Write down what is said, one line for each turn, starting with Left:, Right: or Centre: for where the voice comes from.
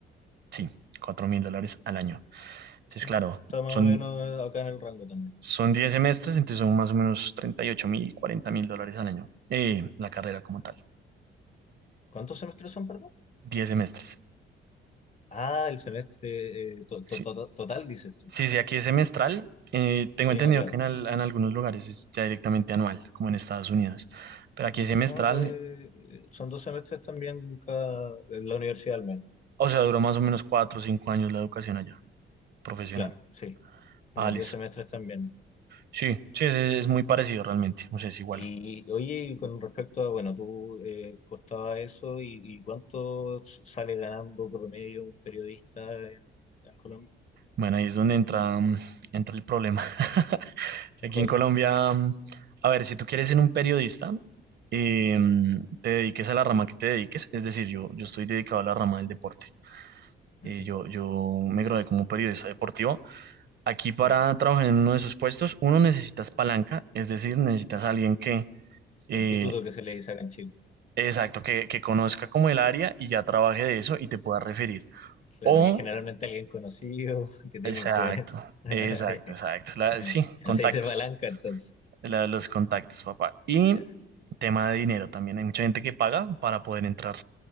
Right: sí, cuatro mil dólares al año. Entonces,
Left: Sí,
Right: claro,
Left: está más
Right: son,
Left: o menos eh, acá en el rango también.
Right: son 10 semestres, entonces son más o menos treinta y ocho mil, cuarenta mil dólares al año, eh, la carrera como tal,
Left: ¿Cuántos semestres son, perdón?
Right: 10 semestres.
Left: Ah, el semestre eh, to-
Right: sí.
Left: to- to- total, dices tú.
Right: Sí, sí, aquí es semestral. eh, tengo
Left: Sí,
Right: entendido
Left: no, claro.
Right: que en, al- en algunos lugares es ya directamente anual, como en Estados Unidos. Pero aquí
Left: No,
Right: es semestral,
Left: acá eh, son dos semestres también cada, en la universidad al menos.
Right: o sea, duró más o menos cuatro o cinco años la educación allá, profesional.
Left: Claro, sí, unos
Right: Ah, listo.
Left: 10 semestres también.
Right: Sí, sí, es, es muy parecido realmente, o sea, es igual.
Left: Y oye, y con respecto a, bueno, tú eh, costaba eso y, y ¿cuánto sale ganando promedio un periodista en, en Colombia?
Right: Bueno, ahí es donde entra, mm, entra el problema. <laughs> Aquí
Left: ¿Cuál?
Right: en Colombia, mm, a ver, si tú quieres ser un periodista, eh, mm, te dediques a la rama que te dediques, es decir, yo, yo estoy dedicado a la rama del deporte. Eh,
Left: Ujú,
Right: yo, yo me gradué como periodista deportivo Aquí para
Left: ujú.
Right: trabajar en uno de esos puestos, uno necesitas palanca, es decir, necesitas a alguien que, eh,
Left: El pituto que se le dice acá en Chile.
Right: exacto, que, que conozca como el área y ya trabaje de eso y te pueda referir.
Left: Claro,
Right: O,
Left: y generalmente alguien conocido <laughs> que tiene
Right: exacto,
Left: influencia. <laughs>
Right: exacto, exacto. la- sí,
Left: <laughs>
Right: contactos,
Left: Ya se dice palanca entonces.
Right: la- los contactos, papá. Y
Left: Ya.
Right: tema de dinero también. Hay mucha gente que paga para poder entrar.